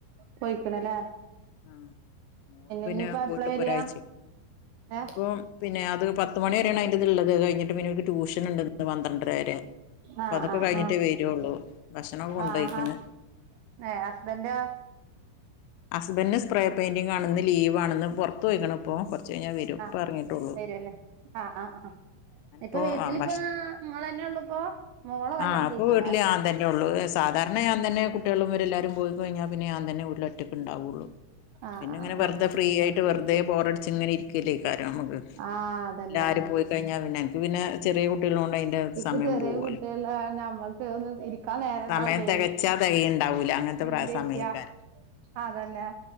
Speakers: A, on the right; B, on the left.
A: പോയിക്കണല്ലേ
B: ആഹ് <unintelligible> പിന്നെ
A: ഇനിയിപ്പ എപ്പളാ
B: പോയിട്ട്
A: വരിയാ
B: ഒരാഴ്ച്ചയായി ഇനിയിപ്പോ
A: ഏഹ്
B: പിന്നെ അത് പത്ത് മണി വരെയാണ് അതിന്റെ ഇത് ഇള്ളത് കഴിഞ്ഞിട്ട് പിന്നെ ട്യൂഷന്ണ്ട്ന്ന് പന്ത്രണ്ടരവരേ അപ്പൊ
A: ആഹ്
B: അതൊക്കെ
A: ആഹ്
B: കഴിഞ്ഞിട്ടേ
A: ആഹ്
B: വരൊള്ളൂ ഭക്ഷണൊക്കെ കൊണ്ടോയ്ക്ക്ണ്
A: ആഹ് ഹസ് ഏഹ് ഹസ്ബന്റോ
B: ഹസ്ബന്റിന് സ്പ്രേ പെയിന്റിംഗാണ്ന്ന് ലീവാണ് പൊർത്ത്പോയ്ക്ക്ണ്പ്പോ കൊർച്ചയ്ഞ്ഞാ വരും ഇപ്പ
A: ആഹ്
B: ഏർങ്ങീട്ടുള്ളൂ
A: വരുവല്ലേ ആഹ് ആഹ് ആഹ് ഇപ്പൊ
B: പ്പോ
A: വീട്ടിലിപ്പ
B: ആഹ് ഭക്ഷ
A: നിങ്ങളന്നെ ഉള്ളുപ്പോ മോളെ കല്യാണം
B: ആ ഇപ്പൊ
A: കഴിച്ചില്ലേ
B: വീട്ടില് ഞാൻ തന്നേള്ളൂ <unintelligible> സാധാരണ ഞാൻതന്നെ കുട്ടികളുംവരല്ലാരും പോയിക്കഴിഞ്ഞാ പിന്നെ ഞാൻതന്നെ വീട്ടില് ഒറ്റക്ക് ക്ക്ണ്ടാവുള്ളു
A: ആഹ്
B: പിന്നെ
A: ആഹ്
B: ഇങ്ങനെ വെർതെ
A: ആഹ്
B: ഫ്രീ ആയിട്ട് വെർതേ ബോറട്ച്ച് ഇങ്ങനെ ഇരിക്കല്ലേക്കാരംമ്മക്ക്
A: ആഹ് അതന്നെ
B: എല്ലാരും പോയികഴിഞ്ഞാ പിന്നെ അൻക്ക് പിന്നെ ചെറിയ കുട്ടിള്ളോണ്ട് അയ്നെ
A: ഇക്ക്
B: സമയം
A: ചെറിയ
B: പോവോലോ
A: കുട്ടികള് നമ്മക്ക് ഒന്ന് ഇരിക്കാൻ നേരം ഉണ്ടാവൂലേ
B: സമയം തെകച്ചാ തെകയിണ്ടാവൂല അങ്ങൻ തെ
A: ഇല്ല
B: പ്ര സമയയ്ക്കാരം
A: ഇല്ല അതന്നെ